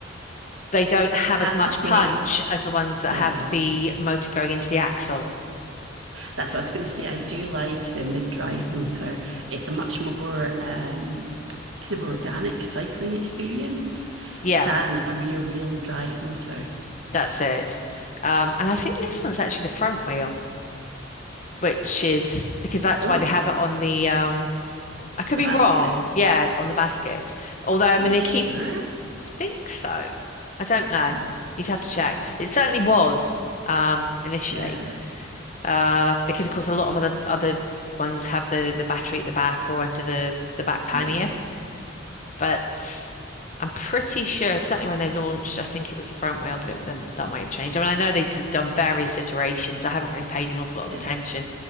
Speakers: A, on the left; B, on the right.
A: They don't have
B: I
A: as
B: have
A: much
B: to say,
A: punch as the ones that
B: yeah,
A: have the motor going into the axle.
B: that's what I was going to say. I do like the mid-drive motor. It's a much more um, kind of organic cycling experience
A: Yeah,
B: than a rear-wheel drive motor.
A: that's it. Um, and I think this one's actually the front wheel. which is because that's
B: Oh,
A: why they have it on the um I could
B: the
A: be
B: basket.
A: wrong, yeah, on the basket. Although I mean
B: Are you
A: they
B: sure?
A: keep I think so. I don't know.
B: Hmm.
A: You'd have to check. It certainly was um initially.
B: Yeah,
A: Uh because of course a lot of other other ones have the the battery at the back or under the the back pannier
B: yeah. yeah.
A: but I'm pretty sure, certainly when they launched, I think it was the front wheel, but it, then that might have changed. I mean, I know they've done various iterations. I haven't really paid an awful lot
B: yeah,
A: of attention.